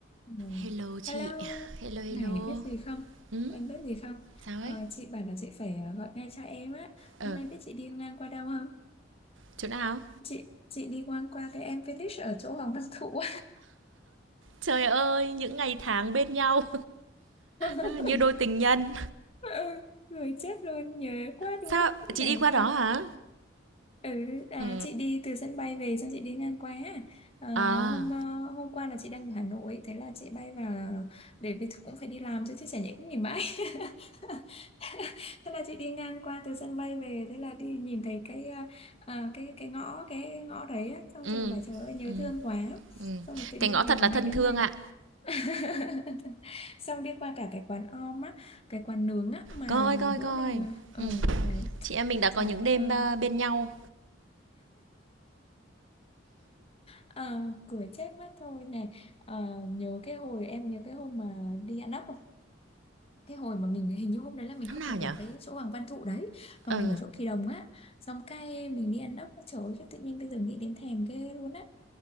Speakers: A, on the left; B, on the right.
A: Ừ.
B: Hello chị,
A: Hello,
B: hello hello.
A: này biết gì không?
B: Ừ,
A: Em biết gì không?
B: sao
A: Ờ,
B: ấy?
A: chị bảo là chị phải ờ, gọi ngay cho em á.
B: Ờ,
A: Hôm nay biết chị đi ngang qua đâu không?
B: chỗ nào?
A: Chị chị đi ngang qua cái em Village ở chỗ Hoàng Văn Thụ.
B: Trời ơi, những ngày tháng bên nhau
A: <laughs>
B: <laughs> như đôi tình nhân.
A: Ờ, người chết luôn nhớ quá
B: Sao?
A: đúng mất này
B: Chị đi qua đó
A: sao
B: hả?
A: ừ, à,
B: Ừ.
A: chị đi từ sân bay về xong chị đi ngang qua à,
B: À,
A: hôm ờ, hôm qua là chị đang ở Hà Nội thế là chị bay vào để vì cũng phải đi làm chứ chứ chả nhẽ cũng nghỉ mãi <laughs> thế là chị đi ngang qua từ sân bay về thế là đi nhìn thấy cái à, à, cái cái ngõ cái ngõ đấy á xong
B: ừ.
A: trời bảo trời ơi nhớ
B: Ừ.
A: thương quá
B: Ừ.
A: xong rồi tự nhiên
B: Cái ngõ
A: nhớ
B: thật là
A: mấy
B: thân
A: cái
B: thương
A: này
B: ạ.
A: <laughs> xong đi qua cả cái quán om á cái quán nướng á mà
B: Coi coi
A: bữa
B: coi.
A: mình ở
B: Ừ.
A: đấy
B: Chị em mình đã có
A: trời
B: những đêm
A: ơi
B: à, bên nhau.
A: ờ cười chết mất thôi này Ờ, nhớ cái hồi em nhớ cái hôm mà đi ăn ốc không cái hồi mà mình hình như hôm đấy là mình
B: Năm
A: không
B: nào
A: phải ở
B: nhở?
A: cái chỗ Hoàng Văn Thụ đấy mà
B: Ờ.
A: mình ở chỗ Kỳ Đồng á xong cái mình đi ăn ốc trời ơi, tự nhiên bây giờ nghĩ đến thèm ghê luôn á